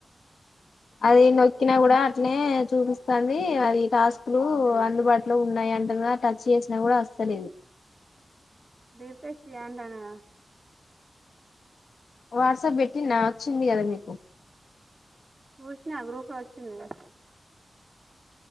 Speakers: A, on the left; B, on the right.
A: అది నొక్కినా కూడా అట్నే చూపిస్తాంది. అది టాస్కులు అందుబాటులో ఉన్నాయి వెంటనే టచ్ చేసినా కూడా వస్తా లేదు
B: రీ ఫ్రెష్ చెయ్యండనే
A: వాట్సాప్ పెట్టినా వచ్చింది కదా మీకు
B: చూసిన గ్రూపు లో వచ్చింది